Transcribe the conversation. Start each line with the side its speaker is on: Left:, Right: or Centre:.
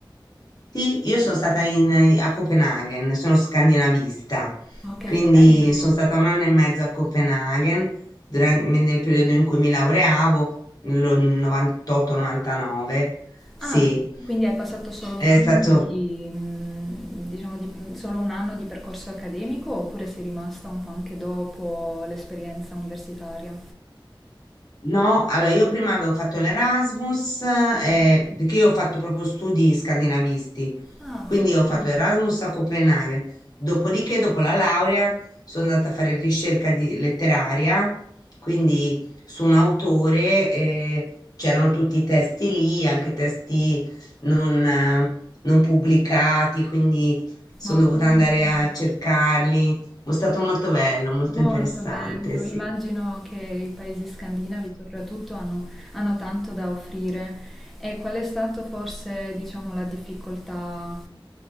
Left: Sì, io sono stata in- a Copenaghen, sono scandinavista,
Centre: Oh, che
Left: quindi
Centre: bello!
Left: sono stata un anno e mezzo a Copenaghen duran- nel periodo in cui mi laureavo, nel 98-99. Sì,
Centre: Ah, quindi hai passato solo
Left: è
Centre: un anno
Left: stato
Centre: di, mm, diciamo di- mm, solo un anno di percorso accademico oppure sei rimasta un po' anche dopo l'esperienza universitaria?
Left: No, allora io prima avevo fatto l'Erasmus, eh,
Centre: Mm.
Left: perché io ho fatto proprio studi scandinavisti,
Centre: Ah,
Left: quindi
Centre: che bello,
Left: ho fatto Erasmus a Copenaghen. Dopodiché, dopo la laurea, sono andata a fare ricerca di- letteraria, quindi su un autore, eh, c'erano tutti i testi lì, anche testi non, eh, non pubblicati, quindi sono
Centre: molto
Left: dovuta
Centre: interessante,
Left: andare a cercarli. È stato molto bello, molto
Centre: molto
Left: interessante,
Centre: bello.
Left: sì.
Centre: Immagino che i paesi scandinavi soprattutto hanno, hanno tanto da offrire. E qual è stato forse, diciamo, la difficoltà